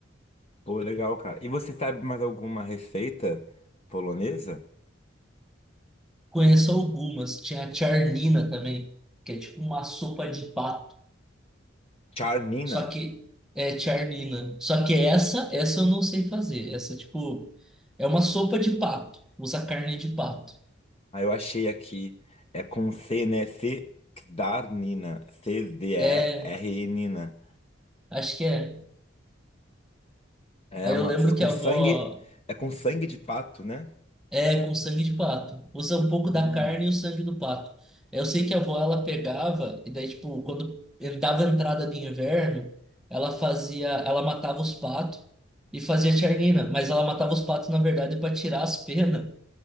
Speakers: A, on the left; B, in the centre.
A: Pô, legal, cara. E você sabe mais alguma receita polonesa?
B: Conheço algumas. Tinha a charnina também, que é tipo uma sopa de pato.
A: Czarnina.
B: Só que é charnina. Só que essa, essa eu não sei fazer. Essa, tipo, é uma sopa de pato. Usa carne de pato.
A: Ah, eu achei aqui. É com C, né? C, Czarnina. C-Z-E-R-Nina.
B: É, acho que é.
A: É,
B: Aí
A: mano,
B: eu lembro
A: com
B: que a
A: sangue.
B: avó.
A: É com sangue de pato, né?
B: É, com sangue de pato. Usa um pouco
A: Hum.
B: da carne e o sangue do pato. Eu sei que a avó, ela pegava, e daí, tipo, quando ele dava entrada de inverno, ela fazia, ela matava os patos e fazia tiarnina, mas ela matava os patos, na verdade, para tirar as penas,